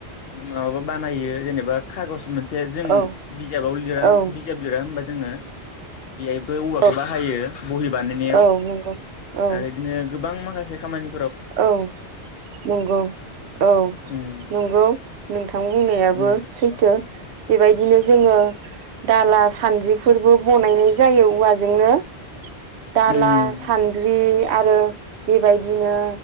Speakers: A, on the left; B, on the right.
A: माबा बानायो जेनेबा खागज मोनस से जों
B: औ
A: बिजाबाव लिराम
B: औ
A: बिजाब लिरा होमबा जोङो बेहायबो औवाखौ
B: औ
A: बाहायो बहि बानायनायाव
B: औ नंगौ औ
A: आरो ए गोबां माखासे खामानि
B: औ नंगौ औ
A: उम
B: नंगौ नोंथां बुंनायाबो
A: उम
B: सैथो । बेबायदिनो जोङो दाला सानद्रिब फोरबो बनायनाय जायो औवाजोंनो । दाला
A: उम
B: सानद्रि आरो बेबायदिनो